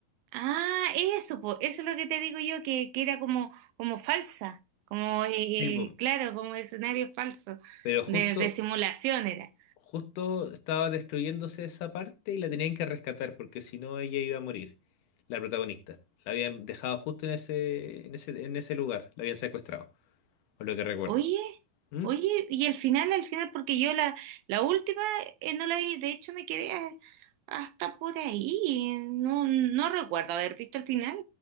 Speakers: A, on the right; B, on the left.
A: Ah, eso, po, eso es lo que te digo yo, que, que era como, como falsa, como, eh,
B: Sí, po.
A: eh, claro, como escenario falso,
B: Pero justo
A: de, de simulación era.
B: Justo estaba destruyéndose esa parte y la tenían que rescatar porque si no ella iba a morir, la protagonista. La habían dejado justo en ese, en ese, en ese lugar, la habían secuestrado, por lo que recuerdo.
A: Oye,
B: ¿Mm?
A: oye, y al final, al final, porque yo la, la última eh, no la vi, de hecho me quedé a- hasta por ahí, no, no recuerdo haber visto el final,